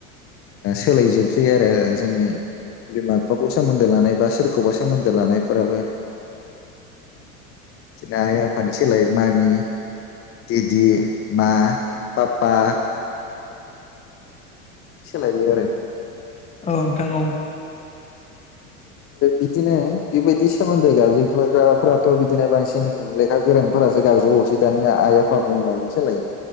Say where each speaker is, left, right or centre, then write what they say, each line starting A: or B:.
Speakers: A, on the left; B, on the left.
A: सोलायजोबसै आरो जोंनि बिमा बिफाखौ सोमोन्दो लानाय बा सोरखौबा सोमोन्दो लानायफोराबो बिदिनो आइ आफानि सोलाय मामि दिदि मा पपा सोलायबाय आरो
B: औ नोंथां औ।
A: बिदिनो बेबायदि सोमोन्दो गाबज्रिखोग्राफोराथ' बिदिनो बांसिन लेखा गोरोंफोरासो गाबजोबावसै दानिया आइ आफा बुंनायनि सलाय